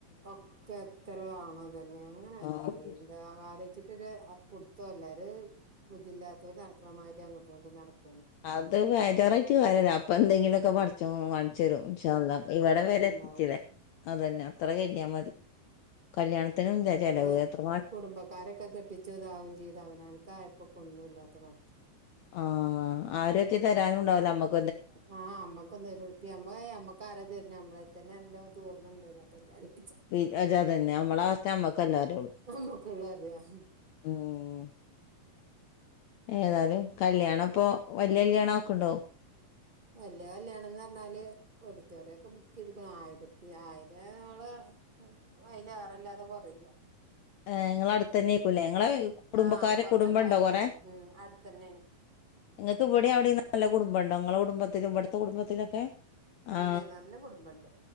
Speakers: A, on the right; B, on the left.
A: ഒക്കെ എത്രണോ തന്നെ അങ്ങനെ
B: ആഹ്
A: അതാ എന്താ ആലോയിച്ചിട്ടൊരു <inaudible> ള്ളേര് ബുദ്ധില്ലാത്തോര് നടക്കണമാതിരി അങ്ങോട്ടും ഇങ്ങോട്ടും നടക്ക്‌
B: അത് ബേജാറായിട്ട് കാര്യല്ല അപ്പൊ എന്തെങ്കിലൊക്കെ പടച്ചോൻ കാൺച്ചെരും ഇൻഷാ അള്ളാ ഇവടെ വെരെ
A: ണ്ടാവും
B: അതെന്നെ അത്ര കെര് തിയ മതി കല്യാണത്തിനുംല്ലെ ചെലവ്
A: ഇത്
B: എത്ര
A: കുടുംബക്കാരൊക്കെ കെട്ടിച്ചു താവും ചെയ്ത് അവനാൻക്കായപ്പോ ഇപ്പ ഒന്നും ഇല്ലാത്ത മട്ട
B: ആ ആരെട്ത്ത് തെരാനുംണ്ടാവൂലെ ഞമ്മക്ക്
A: ആ നമ്മക്കൊന്നൊരുറുപ്യ ഏ നമ്മക്കാര തെര്ണെ നമ്മളെത്തന്നെ <unintelligible> പ്പ എല്ലാരും
B: <unintelligible> അതെന്നെ നമ്മളവസ്ഥ നമ്മക്കല്ലെറിയുള്ളു
A: നമ്മക്കുള്ള അറിയാ
B: ഉം ഏതായാലും കല്യാണംപ്പൊ വല്യ കല്യാണാക്ക്ണ്ടോ
A: വല്യ കല്യാണംന്ന് പറഞ്ഞാല് ഓഡിറ്റോറിയൊക്കെ ബുക്ക് ചെയ്ത്ക്ക്ണ് ആയിരത്തി ആയിരം ആള് അയ്ല് ഏറല്ലാതെ കൊറീല്ല
B: ഏ ഇങ്ങളെ അട്ത്തെന്നെക്കും ല്ലെ ഇങ്ങള് കുടുംബക്കാര്
A: ആഹ് കൊറച്ചണ്ട്
B: കുടുംബംണ്ടോ
A: പോയാ
B: കൊറെ
A: മതി ഉം അടുത്തന്നേണ്
B: ങ്ങക്ക് ഇവടെ അവടെ നല്ല കുടുംബംണ്ടോ ങ്ങളെ കുടുംബത്തിലും ഇവ്ട്ത്തെ കുടുംബത്തിലൊക്കെ ആ
A: ണ്ട് നല്ല കുടുംബണ്ട്